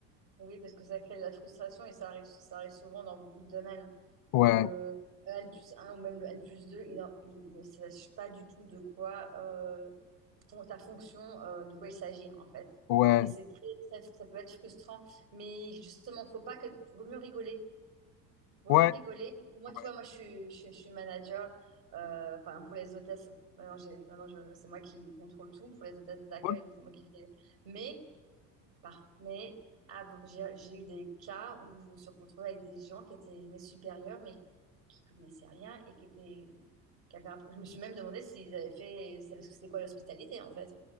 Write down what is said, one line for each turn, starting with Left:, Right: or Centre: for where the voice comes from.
Right: Oui, parce que ça crée de la frustration et ça arrive, ça arrive souvent dans beaucoup de domaines.
Left: Ouais,
Right: Que le N plus un ou même le N plus 2, il, en- il- il ne sache pas du tout de quoi euh, ton- ta fonction, euh, de quoi il s'agit en fait.
Left: ouais,
Right: Et c'est très, très, ça peut être frustrant, mais justement, faut pas que, vaut mieux rigoler. Vaut
Left: ouais,
Right: mieux rigoler. Parce que moi, tu
Left: ouais,
Right: vois, moi, je suis, je, suis je suis manager, euh, enfin, pour les hôtesses. Maintenant, j'ai, maintenant, je, c'est moi qui contrôle tout pour les hôtesses d'accueil,
Left: ouais,
Right: donc c'est moi qui fais. Mais, par, mais av- j'ai, j'ai eu des cas où je me suis retrouvée avec des gens qui étaient mes supérieurs, mais qui connaissaient rien et qui étaient, qui avaient un- je me suis même demandé s'ils avaient fait, savaient ce que c'était quoi l'hospitalité, en fait.